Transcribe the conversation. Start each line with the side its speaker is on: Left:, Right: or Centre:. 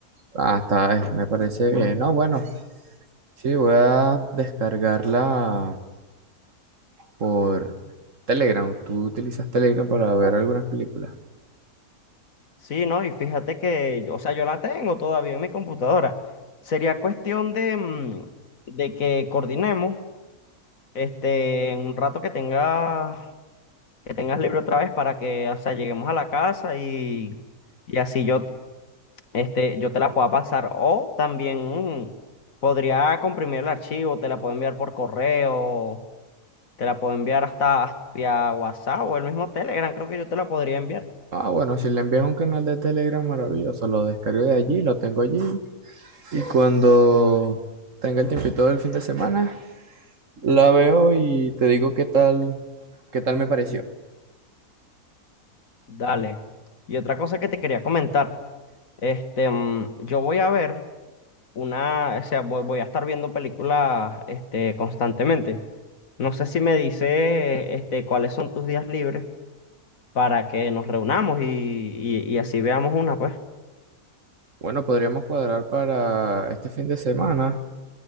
Right: Ah, está, eh, me parece bien. No, bueno, sí, voy a descargarla por Telegram. ¿Tú utilizas Telegram para ver algunas películas?
Left: Sí, ¿no? Y fíjate que, yo, o sea, yo la tengo todavía en mi computadora. Sería cuestión de, mm, de que coordinemos, este, en un rato que tengas, que tengas libre otra vez para que, o sea, lleguemos a la casa y... Y así yo este, yo te la pueda pasar. O también mm, podría comprimir el archivo, te la puedo enviar por correo, te la puedo enviar hasta, hasta vía WhatsApp o el mismo Telegram, creo que yo te la podría enviar.
Right: Ah, bueno, si le envías un canal de Telegram, maravilloso. Lo descargo de allí, lo tengo allí. Y cuando tenga el tiempito del fin de semana, la veo y te digo qué tal, qué tal me pareció.
Left: Dale. Y otra cosa que te quería comentar, este, mm, yo voy a ver una, o sea, voy, voy a estar viendo películas, este, constantemente. No sé si me dice, este, cuáles son tus días libres para que nos reunamos y, y, y así veamos una, pues.
Right: Bueno, podríamos cuadrar para este fin de semana